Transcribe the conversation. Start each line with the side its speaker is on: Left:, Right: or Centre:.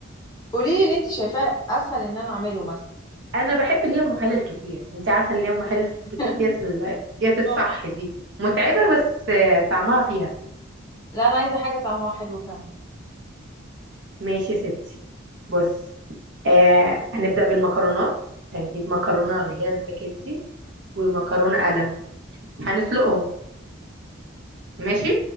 Left: قولي لي اللي انت شايفاه اسهل ان انا اعمله مثلا
Right: انا بحب اللي هي محلل كتير انت عارفه اللي هي محلل
Left: <laughs>
Right: كتير ديت ال... ديت الصح
Left: اه
Right: دي متعبه
Left: ماشي
Right: بس آه، طعمها فيها
Left: لا انا عايزه حاجه طعمها حلو فعلا
Right: ماشي يا ستي بص آه هنبدا بالمكرونات هنجيب مكرونه اللي هي سباكيتي ومكرونه قلم هنسلقهم ماشي